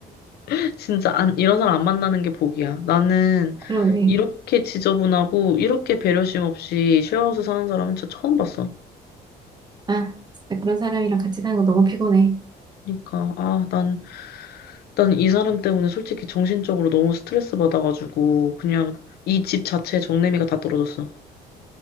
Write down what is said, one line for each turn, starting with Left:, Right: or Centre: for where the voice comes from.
Left: <laughs> 진짜, 안, 이런 사람 안 만나는 게 복이야. 나는,
Right: 그러네.
Left: 이렇게 지저분하고, 이렇게 배려심 없이 쉐어하우스 사는 사람은 진짜 처음 봤어.
Right: 아, 진짜 그런 사람이랑 같이 사는 거 너무 피곤해.
Left: 그니까, 아, 난, 난 이 사람 때문에 솔직히 정신적으로 너무 스트레스 받아가지고, 그냥, 이 집 자체에 정내미가 다 떨어졌어.